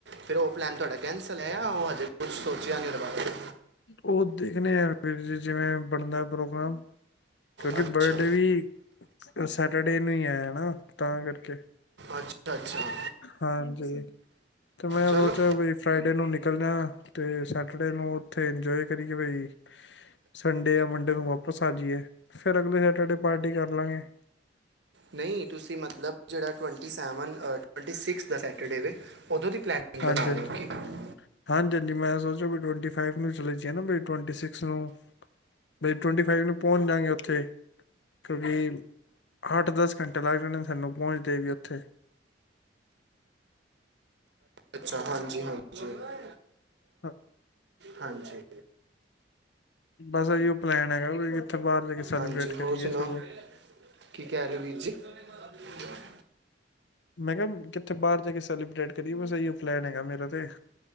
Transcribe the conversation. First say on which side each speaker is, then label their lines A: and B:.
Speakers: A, on the right; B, on the left.
A: ਫੇਿਰ ਉਹ ਪਲੈਨ ਤੁਹਾਡਾ ਹਿੱਸਾ ਲੈ ਉਹ ਹਜੇ ਕੁਛ ਸੋਚਿਆ ਨੀ ਉਹਦੇ ਬਾਰੇ
B: ਉਹ ਦੇਖਣੇ ਆ ਵੀਰ ਜੀ ਜਿਵੇਂ ਬਣਦਾ ਪ੍ਰੋਗਰਾਮ ਕਿਉਂਕਿ
A: ਅੱਛਾ
B: ਬਰਡੇ ਵੀ ਸੈਟਰਡੇ ਨੂੰ ਹੀ ਆਇਆ ਨਾ ਤਾਂ ਕਰਕੇ
A: ਅੱਛਾ ਅੱਛਾ
B: ਹਾਂਜੀ ਤੇ ਮੈਂ
A: ਚਲੋ
B: ਸੋਚਿਆ ਬ ਫਰਾਈਡੇ ਨੂੰ ਨਿਕਲ ਜਾ ਤੇ ਸੈਟਰਡੇ ਨੂੰ ਉਥੇ ਇੰਜੋਏ ਕਰੀਏ ਬਾਈ ਸੰਡੇ ਜਾਂ ਮੰਡੇ ਨੂੰ ਵਾਪਿਸ ਆ ਜਾਈਏ ਫਿਰ ਅਗਲੇ ਸੈਟਰਡੇ ਪਾਰਟੀ ਕਰ ਲਾਂਗੇ
A: ਨਹੀਂ ਤੁਸੀਂ ਮਤਲਬ ਜਿਹੜਾ ਟਵੰ ਸੈਮਨ ਟਵੈਂਟੀ ਸਿਕਸ ਦਾ ਚੜੇ ਵ ਉਦੋਂ ਦੀ ਪਲੈਨਿੰਗ
B: ਹਾਂਜੀ
A: ਬਣਾ
B: ਹਾਂਜੀ
A: ਰਹੇ ਹੋ ਕਿ
B: ਹਾਂਜੀ ਹਾਂਜੀ ਮੈਂ ਸੋਚ ਵੀ ਟਵੰਟੀ ਫਾਈਵ ਨੂੰ ਚਲੇ ਜਾਏ ਨਾ ਬਾਈ ਟਵੰਟੀ ਸਿਕਸ ਨੂੰ ਬਾਈ ਟਵੰਟੀ ਫਾਈਵ ਨੂੰ ਪਹੁੰਚ ਜਾਗੇ ਉੱਥੇ ਕਿਉਂਕਿ ਅੱਠ ਦਸ ਘੰਟੇ ਲੱਗ ਜਾਣੇ ਸਾਨੂੰ ਪਹੁੰਚਦੇ ਵੀ ਉੱਥੇ
A: ਅੱਛਾ ਹਾਂਜੀ ਹਾਂਜੀ
B: ਹਾਂ
A: ਹਾਂਜੀ
B: ਬਸ ਇ ਪਲੈਨ ਹੈਗਾ ਵੀ ਇੱਥੇ ਬਾਹਰ ਜਾ ਕੇ ਸੈਲੀਬ੍ਰੇਟ
A: ਹਾਂਜੀ
B: ਕਰੀਏ
A: ਹੋਰ ਸੁਣਾਓ
B: ਸਗੋਂ
A: ਕੀ ਕਹਿ ਰਹੇ ਹੋ ਵੀਰ <inaudible>
B: ਮੈਂ ਕਿਹਾ ਕਿੱਥੇ ਬਾਹਰ ਜਾ ਕੇ ਸੈਲੀਬ੍ਰੇਟ ਕਰੀ ਬਸ ਇਹੀ ਪਲੈਨ ਹੈਗਾ ਮੇਰਾ ਤੇ